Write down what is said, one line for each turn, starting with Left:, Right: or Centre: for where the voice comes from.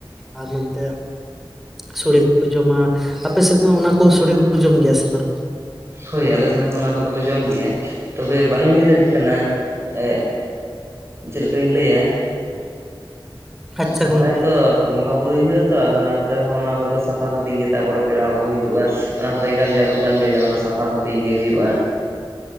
Centre: ᱟᱨ ᱱᱚᱱᱛᱮ ᱥᱚᱲᱮ ᱠᱚᱠᱚ ᱡᱚᱢᱟ᱾ ᱟᱯᱮ ᱥᱮᱫ ᱫᱚ ᱚᱱᱟ ᱠᱚ ᱥᱚᱲᱮ ᱠᱚᱠᱚ ᱡᱚᱢ ᱜᱮᱭᱟ ᱥᱮ ᱵᱟᱝ?
Right: ᱦᱳᱭ ᱟᱞᱮ ᱥᱮᱱ ᱦᱚᱸ ᱚᱱᱟ ᱠᱚᱫᱚ ᱠᱚ ᱡᱚᱢ ᱜᱮᱭᱟ᱾ ᱛᱚᱵᱮ ᱵᱟᱹᱞᱤᱧ ᱞᱟᱹᱭ ᱫᱟᱲᱮᱜ ᱠᱟᱱᱟ ᱮᱜ ᱪᱮᱫ ᱞᱮᱠᱟᱧ ᱞᱟᱹᱭᱟ
Centre: ᱟᱪᱪᱷᱟ
Right: ᱥᱚᱦᱚᱨᱟᱭ
Centre: ᱜᱚᱝᱠᱮ
Right: ᱛᱚ ᱵᱚᱸᱜᱟ ᱵᱩᱨᱩᱭ ᱦᱩᱭᱩᱜᱼᱟ ᱛᱚ᱾ ᱟᱫᱚ ᱚᱱᱟᱛᱮ ᱦᱚᱸ ᱚᱱᱟ ᱠᱚᱫᱚ ᱥᱟᱯᱷᱟ ᱥᱟᱹᱯᱷᱤ ᱜᱮ ᱛᱟᱯᱚᱨᱮ ᱯᱮᱲᱟ ᱠᱚᱠᱚ ᱦᱤᱡᱩᱜᱼᱟ᱾ ᱚᱱᱟ ᱠᱚᱫᱚ ᱮᱠᱟᱞ ᱡᱟᱹᱨᱩᱲ ᱠᱟᱱ ᱜᱮᱭᱟ᱾ ᱡᱮ ᱚᱱᱟ ᱠᱚ ᱥᱟᱯᱷᱟ ᱥᱟᱹᱯᱷᱤᱭ ᱜᱮ ᱦᱩᱭᱩᱜᱼᱟ᱾